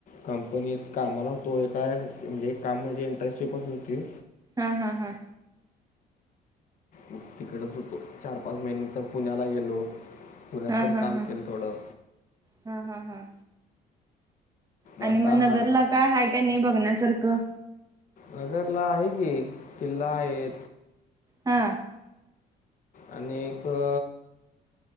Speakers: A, on the left (about 50°); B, on the right (about 20°).
A: कंपनीत कामाला होतो एका ये म्हणजे काम म्हणजे इंटर्नशिपच होती.
B: हा हा हा.
A: मग तिकडच हुतो चार पाच महिन तर पुण्याला गेलो. पुण्यात
B: हा
A: पण
B: हा
A: काम
B: हा
A: केलं थोडं
B: हा हा हा. आणि
A: आता
B: मग नगरला
A: हा
B: काय हाय का नाय बघण्यासारखं?
A: नगरला आहे की किल्ला आहे.
B: हा.
A: आणि एक अ